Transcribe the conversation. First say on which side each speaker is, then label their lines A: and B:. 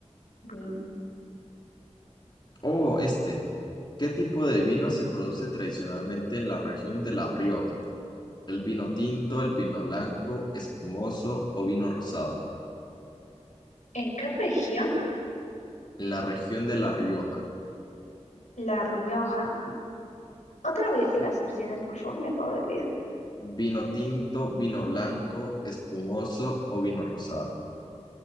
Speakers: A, on the left; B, on the left.
A: bien.
B: Oh, este. ¿Qué tipo de vino se produce tradicionalmente en la región de La Rioja? ¿El vino tinto, el vino blanco, espumoso o vino rosado?
A: ¿En qué región?
B: En la región de La Rioja.
A: La Rioja Otra vez las opciones, por favor, me acabo de olvidar.
B: ¿Vino tinto, vino blanco, espumoso o vino rosado?